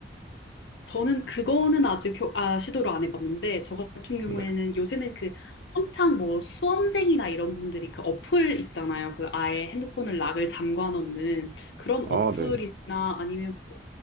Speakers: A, on the left; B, on the right.
A: 저는 그거는 아직 교- 아, 시도를 안 해봤는데, 저 같은 경우에는
B: 네.
A: 요새는 그 한창 뭐 수험생이나 이런 분들이 그 어플 있잖아요. 그 아예 핸드폰을 락을 잠궈 놓는 그런
B: 아
A: 어플이나
B: 네.
A: 아니면 뭐